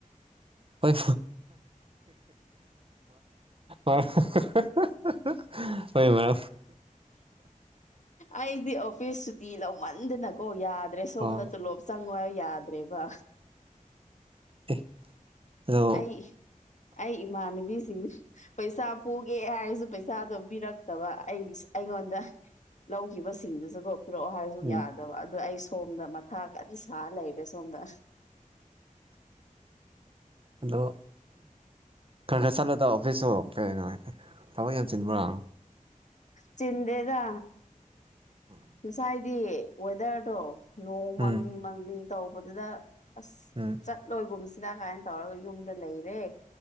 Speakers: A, on the right; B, on the left.
A: ꯑꯩ ꯑꯩꯣꯏ ꯉ
B: ꯑꯩꯗꯤ ꯑꯣꯐꯤꯁ ꯁꯨꯇꯤ ꯂꯧꯃꯟꯗꯅꯀꯣ ꯌꯥꯗ꯭ꯔꯦ ꯁꯣꯝꯗ
A: ꯑꯣ
B: ꯇꯣꯂꯣꯞ ꯆꯪꯉ ꯌꯥꯗ꯭ꯔꯦꯕ
A: ꯑꯦ ꯑꯗꯣ
B: ꯑꯩ ꯑꯩ ꯏꯃꯥꯟꯅꯕꯤꯁꯤꯡ ꯄꯩꯁꯥ ꯄꯨꯒꯦ ꯍꯥꯏꯔꯁꯨ ꯄꯩꯁꯥꯗꯣ ꯄꯤꯔꯛꯇꯕ ꯑꯩ ꯑꯩꯉꯣꯟꯗ ꯂꯧꯈꯤꯕꯁꯤꯡꯗꯨꯁꯨꯀꯣ ꯄꯨꯔꯛꯑꯣ ꯍꯥꯏꯔꯁꯨ
A: ꯎꯝ
B: ꯌꯥꯗ ꯑꯗꯨ ꯑꯩ ꯁꯣꯝꯗ ꯃꯊꯥ ꯀ ꯁꯥꯔ ꯂꯩꯔꯦ ꯁꯣꯝꯗ
A: ꯑꯗꯣ ꯈꯔ ꯈꯔ ꯆꯠꯂꯨꯗ ꯑꯣꯐꯤꯁꯁꯨ ꯀꯩꯉꯥꯏ ꯊꯕꯛ ꯌꯥꯝ ꯆꯤꯟꯕ꯭ꯔꯥ
B: ꯆꯤꯟꯦꯗ
A: ꯎꯝ
B: ꯉꯁꯥꯏꯗꯤ ꯋꯦꯗꯔꯗꯣ ꯅꯣꯡ
A: ꯎꯝ
B: ꯃꯪꯂꯤ ꯃꯪꯂꯤ ꯇꯧꯕꯗꯨꯗ ꯑꯁ
A: ꯎꯝ
B: ꯆꯠꯂꯣꯏꯒꯨꯝꯁꯤꯗ ꯀꯥꯏꯅ ꯇꯧꯔꯒ ꯌꯨꯝꯗ ꯂꯩꯔꯦ